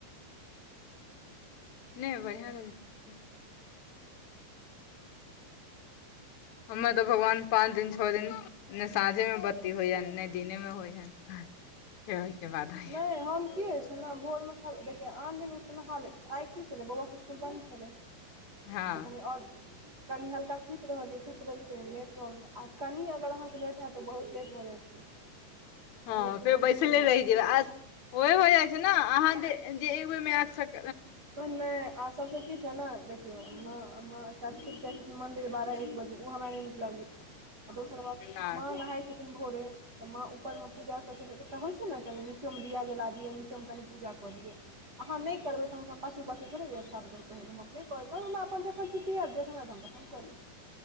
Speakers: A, on the left; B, on the right.
A: नहि बढ़िआँ रहते हमरा ओते भगवान पाँंच दिन छअ दिन ने साँझे में बत्ती होइये ने दिने में होइये ओहिके बाद होइया
B: नहि हम की छ ने भोर मे सब देखिय आन दिन उठ नहा लियै आइ की छलै बौआ, स्कुल बन्द छलै
A: हँ
B: तऽ कनि आओर कनि हल्का सुति रहलियै सुति रहलियै त कनि लेट भऽ गेल आ कनि अगर अहाँके लेट हैत तऽ बहुत लेट भऽ जाइ छै।
A: हँ
B: तऽ लेटके
A: फेर
B: कमी
A: बैसले
B: नहि
A: रहि
B: होइ छै
A: जायबे आ ओहे होए जाइ छै नऽ अहाँ जे एक बेर मे आ सक
B: <unintelligible> आर सब किछै ने देखियोम म म चाची सब चाहे छथिन मंदिर बारह एक बजे ओ हमरा नै नीक लागैय। आ दोसर बात
A: नहि
B: माँ नहाय छथिन भोरे तऽ माँ ऊपर मे पूजा करै छथिन एकटा होइ छै नऽ कनि नीचो मे दिया जला दियै नीचो मे कनि पूजा कऽ दियै। अहाँ नहि करबै तऽ अहाँके पाछू-पाछू थोड़े जैत सात बेर कहैले। नहि केलैन तऽ हमरा अपन जखन छुट्टी हैत तखन कलेब